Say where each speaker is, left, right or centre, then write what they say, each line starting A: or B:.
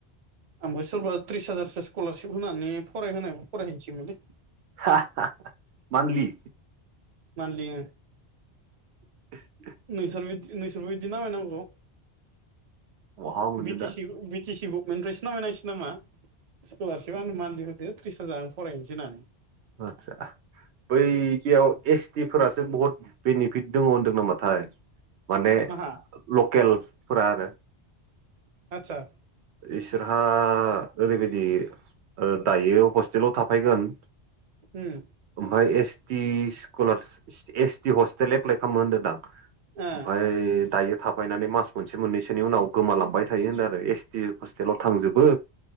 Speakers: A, on the right (about 45°); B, on the right (about 80°).
A: आंबो सोरबा त्रिस हाजारसो स्कलारशिप होनानै फरायहोनाय फरायहैसैनलै
B: हा हा माथलि
A: मानली
B: <inaudible>
A: नोंसोरदि नोंसोर बादि नामामनांगौ।
B: बहा मोननो
A: बिटि
B: दा
A: सि बिटिसि गबमेन्टनिफ्राय नामायनांसिग नामा स्कलारसिप आं मान्थलि होदो त्रिस हाजार फरायहैनोसै होननानै
B: आतसा बै बेयाव एस टि फोरासो बहुत बेनिफिट दङ होनदों नामाथाय माने
A: माहा
B: लकेलफोरा आरो
A: आतसा
B: इसोरहा ओरैबायदि ओ दायो हस्टेलाव थाफैगोन।
A: उम
B: ओमफ्राय S T scholar S T hostel apply खालामो होनदोंदां।
A: ओ
B: ओमफफ्राय दायो थाफायनानै मास मोनसे मोननैसोनि उनाव गोमालांबाय थायो होन आरो एस बि हस्टेलाव थांजोबो